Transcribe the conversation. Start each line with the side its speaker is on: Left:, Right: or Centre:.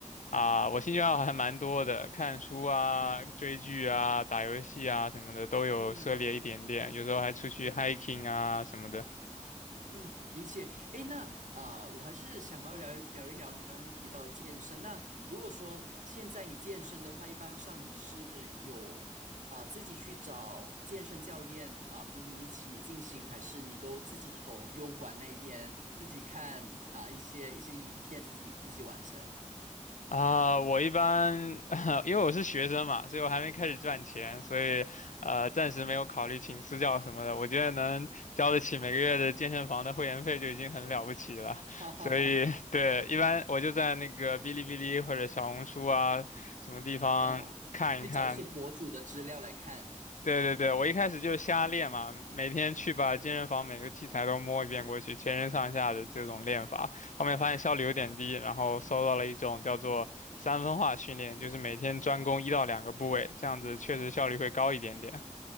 Left: 啊，我兴趣爱好还蛮多的，看书啊、追剧啊、打游戏啊什么的都有涉猎一点点，
Right: 嗯。
Left: 有时候还出去 hiking 啊什么的。
Right: 嗯，理解。诶，那啊、呃我还是想要聊聊一聊你刚刚提到健身。那如果说呃现在你健身的话，一般上你是有啊、自己去找健身教练啊、陪你一起进行，还是你都自己从优管那边自己看啊、一些一些影片自己自己完成？
Left: 啊、我一般 <laughs> 因为我是学生嘛，所以我还没开始赚钱，所以呃，暂时没有考虑请私教什么的。我觉得能交得起每个月的健身房的会员费就已经很了不起了。
Right: <laughs> 哈哈哈，
Left: 所以对，一般我就在那个哔哩哔哩或者小红书啊什么地方看一看，
Right: 啊，去找一些博主的资料来看。
Left: 对对对，我一开始就是瞎练嘛，每天去把健身房每个器材都摸一遍过去，全身上下的这种练法。后面发现效率有点低，
Right: 啊。
Left: 然后搜到了一种叫做三分化训练，就是每天专攻一到两个部位，这样子确实效率会高一点点。